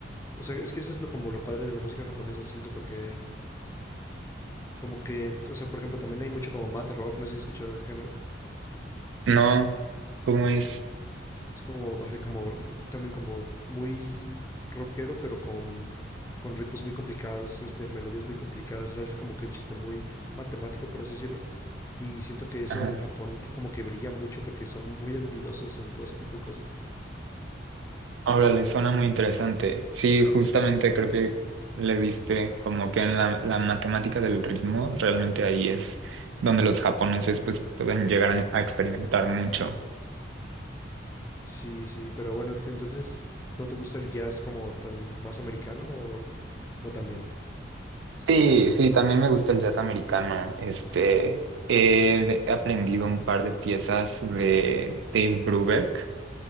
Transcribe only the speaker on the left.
O sea, es que eso es lo como lo padre de la música japonesa, siento, porque como que, o sea, por ejemplo, también hay mucho como math rock, no sé si has escuchado el género.
Es como, así como, también como muy rockero, pero con, con ritmos muy complicados, este, melodías muy complicadas, o sea, es como que el chiste muy matemático, por así decirlo. Y siento que eso
en Japón como que brilla mucho porque son muy habilidosos en todo ese tipo de cosas.
Sí, sí, pero bueno, que entonces, ¿no te gusta el jazz como tan más americano o, o también?